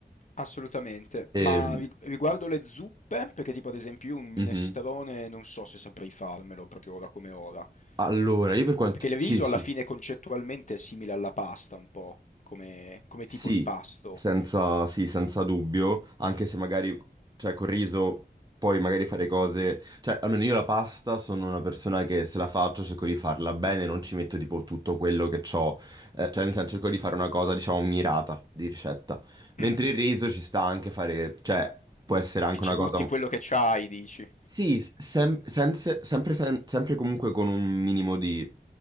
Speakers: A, on the left; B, on the right.
A: assolutamente.
B: Ehm,
A: Ma ri riguardo le zuppe, perché tipo ad esempio io un minestrone
B: mhm.
A: non so se saprei farmelo proprio ora come ora.
B: Allora,
A: Che-
B: io per quanto...
A: Perché il
B: Sì,
A: riso
B: sì.
A: alla fine concettualmente è simile alla pasta un po', come, come
B: Sì,
A: tipo di pasto.
B: senza, sì, senza dubbio, anche se magari, cioè, col riso puoi magari fare cose, cioè, almeno io la pasta sono una persona che se la faccio cerco di farla bene, non ci metto tipo tutto quello che ho, cioè, nel senso cerco di fare una cosa, diciamo, mirata di ricetta, mentre
A: Mm,
B: il riso ci sta anche fare, cioè, può essere anche
A: Che ci
B: una
A: butti
B: cosa
A: quello che c'hai, dici.
B: sì, sem- sense- sempre, sen- sempre comunque con un minimo di,